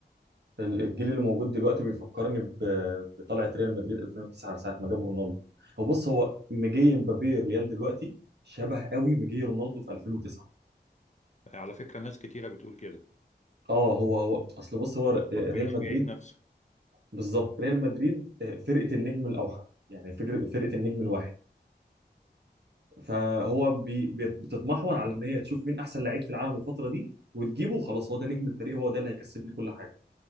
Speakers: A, on the right (about 70°); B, on the left (about 40°).
A: ال- الجيل اللي موجود دلوقتي بيفكرني ب- بطلعه ريال مدريد 2009 ساعه ما جابوا رونالدو هو بص هو مجي مبابي الريال دلوقتي شبه قوي مجي رونالدو في 2009
B: على فكره ناس كتيره بتقول كده
A: اه هو هو اصل بص هو ر- ريال
B: هو التاريخ
A: مدريد
B: بيعيد نفسه
A: بالظبط ريال مدريد آه، فرقه النجم الاوحد يعني فكرة فرقه النجم الواحد فهو بي بي- بتتمحور على ان هي تشوف مين احسن لعيب في العالم الفتره دي وتجيبه خلاص هو ده نجم الفريق هو ده اللي هيكسبني كل حاجه